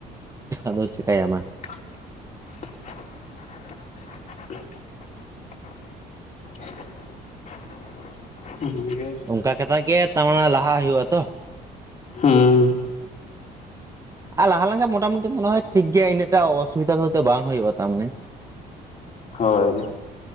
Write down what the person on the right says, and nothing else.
ᱟᱫᱚᱢ ᱪᱤᱠᱟᱭᱟ ᱟᱫᱚ ᱾
ᱚᱱᱠᱟ ᱠᱟᱛᱮᱜ ᱜᱮ ᱛᱟᱦᱟᱣ ᱞᱟᱦᱟ ᱦᱩᱭᱩᱜ ᱟᱛᱚ ᱾
ᱟᱨ ᱞᱟᱦᱟ ᱞᱮᱱᱠᱷᱟᱱ ᱢᱳᱴᱟᱢᱩᱴᱤ ᱢᱚᱱᱮ ᱦᱚᱭ ᱴᱷᱤᱠ ᱜᱮ ᱤᱱᱟᱹᱜ ᱴᱟ ᱚᱥᱩᱵᱤᱫᱷᱟ ᱫᱚ ᱦᱚᱭᱛᱳ ᱵᱟᱝ ᱦᱩᱭᱩᱜᱼᱟ ᱛᱟᱨ ᱢᱟᱱᱮ ᱾